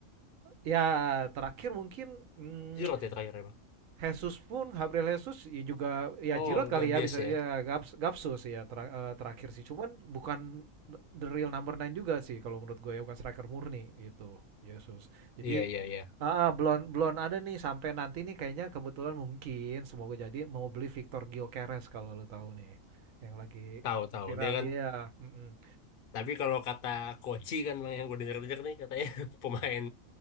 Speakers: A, on the right; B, on the left.
A: Ya, terakhir mungkin mm,
B: Giroud ya terakhir ya, Bang.
A: Jesus pun Gabriel Jesus ya juga ya
B: Oh,
A: Giroud kali
B: Gabias
A: ya bisa
B: ya.
A: ya Gaps, Gapsus ya tera- eh, terakhir sih. Cuman bukan the real number nine juga sih kalau menurut gue ya bukan striker murni gitu. Yesus. Jadi
B: Iya, iya, iya.
A: ah, ah, belum belum ada nih sampai nanti nih kayaknya kebetulan mungkin semoga jadi mau beli Victor Gyökeres kalau lu tahu nih yang lagi
B: Tahu, tahu.
A: viral
B: Dia kan
A: iya mm-mm.
B: tapi kalau kata Koci kan Bang yang gue denger-denger nih katanya <laughs> pemain